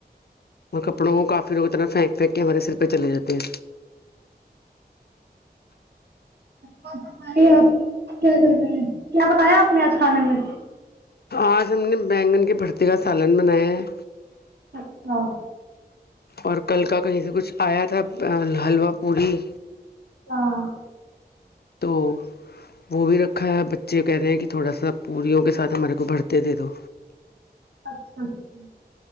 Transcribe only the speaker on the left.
اور کپڑوں کو کافی لوگ اتنا پھینک تے ہیں کے ہمارے سر پہ چل جاتے ہیں
آج ہم نے بینگن کی بھرتی کا سالن بنایا ہے
اور کل کا کہیں سے کچھ آیا تھا حلوہ پوڑی
تو وہ بھی رکھا ہے بچے کہہ رہے ہیں کہ تھوڑا سا پوریوں کے ساتھ ہمارے کو بھرتے دے دو